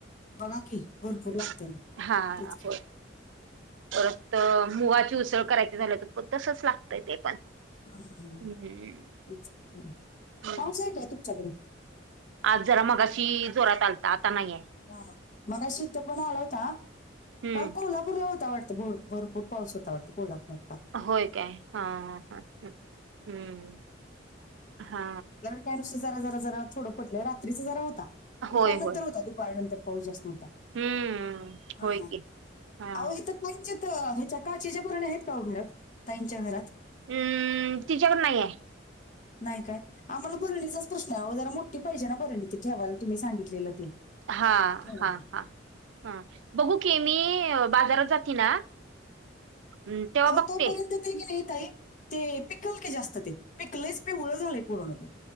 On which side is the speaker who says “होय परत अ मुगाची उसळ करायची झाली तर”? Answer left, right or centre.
Right